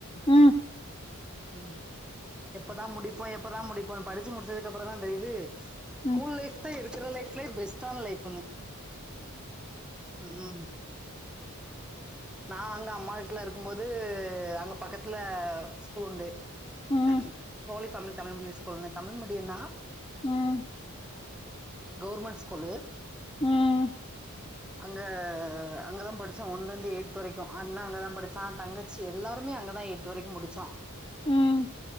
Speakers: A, on the left; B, in the centre.
A: ம்
B: ம் எப்பதா முடிப்போ எப்பதா முடிப்போ படிச்சு முடிச்சதுக்கு அப்புறந்தா தெரியுது ஸ்கூல்
A: ம்
B: லைஃப் தா இருக்குற லைஃப்லயே பெஸ்டான லைஃப்ன்னு ம் ம் நா அங்க அம்மா வீட்டுல இருக்கும்போது அங்க பக்கத்துல ஸ்கூல் உண்டு
A: ம்
B: <unintelligible> Tamil medium school Tamil medium தா
A: ம்
B: கவுர்மெண்ட் ஸ்கூல்லு
A: ம்
B: அங்க அங்கதா படிச்சோ ஒன்னுந்து எயத்து வரைக்கு அண்ணா அங்கதா படிச்சா தங்கச்சி எல்லாருமே அங்கதா எய்ட்து வரைக்கு முடிச்சோ
A: ம்